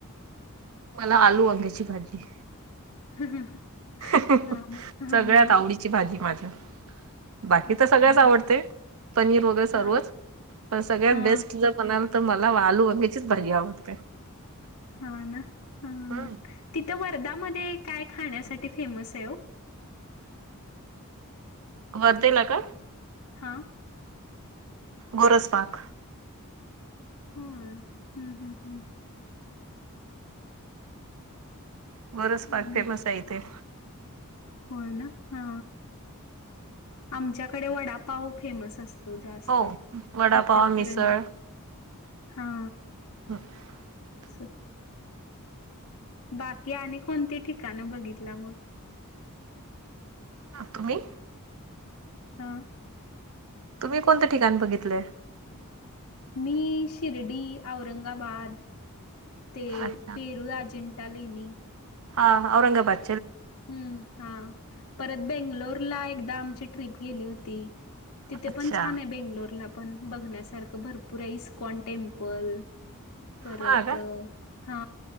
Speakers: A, on the right (about 65°); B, on the left (about 85°).
A: मला आलू वंग्याची भाजी
B: <unintelligible>
A: <unintelligible>
B: हा ना हा
A: सगळ्यात आवडीची भाजी माझ्या. बाकी
B: अच्छा
A: तर सगळ्याच आवडते पनीर वगैरे सर्वच
B: हा
A: पण सगळ्यात
B: हा
A: बेस्ट जर म्हणाला तर मला आलू अंगेचीच भज्या आवड
B: हा ना हा
A: हम्म,
B: तिथं वर्धामध्ये ते काय खाण्यासाठी फेमस आहे ओ
A: वरदला का?
B: हा,
A: गोरज पाक
B: हो हम्म-हम्म हम्,
A: बोरस पार्क
B: आणि
A: फेमस आहे इथे
B: होय ना हा आमच्याकडे वडा-पाव फेमस असत जास्त
A: हो वडापाव
B: इचल
A: मिसळ
B: खणज हा
A: <unintelligible>
B: तसं, बाकी आणि कोणती ठिकाण बघितलं मग
A: तुम्ही
B: हा
A: तुम्ही कोणतं ठिकाण बघितलंय
B: मी शिर्डी औरंगाबाद ते
A: अच्छा
B: पेरूराजन तलिनी
A: हा औरंगाबाद
B: हम्म हा परत बेंगलोरला एकदा आमची ट्रिप गेली होती तिथे
A: अच्छा
B: पण छान आहे बेंगलोरला आपण बघण्यासारख भरपूर आहे इस्कॉन टेम्पल परत
A: हा का
B: हा